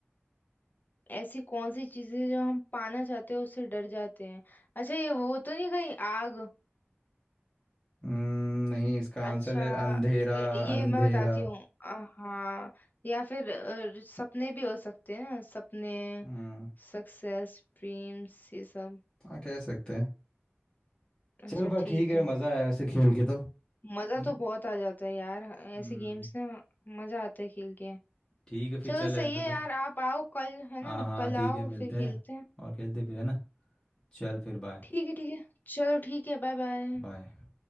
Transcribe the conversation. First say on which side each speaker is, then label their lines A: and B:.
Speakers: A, on the left (about 45°); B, on the left (about 20°).
A: ऐसी कौन सी चीजें जो हम पाना चाहते हैं उससे डर जाते हैं अच्छा ये वो तो नहीं कहीं आग
B: हम्म नहीं इसका
A: अच्छा
B: आंसर है अंधेरा
A: ठीक है ये
B: अंधेरा
A: मैं बताती हूँ अ, हाँ या फिर अ, सपने भी हो सकते हैं ना सपने
B: हम्म
A: सक्सेस ड्रीम्स ये सब
B: हाँ कह सकते हैं
A: अच्छा
B: चल पर
A: ठीक
B: ठीक है
A: है
B: मज़ा आया वैसे खेल के तो है
A: मजा
B: ना
A: तो बहुत आ जाता है यार ऐसे
B: हम्म
A: गेम्स ना मजा आता है खेल के
B: ठीक है फिर
A: चलो
B: चल ऐसा
A: सही है
B: तो
A: यार आप आओ कल है ना
B: हाँ हाँ
A: कल
B: ठीक
A: आओ
B: है मिलते
A: फिर खेलते
B: हैं
A: हैं
B: और खेलते हैं फिर है ना चल फिर बाय
A: ठीक है ठीक है चलो ठीक है बाय बाय
B: बाय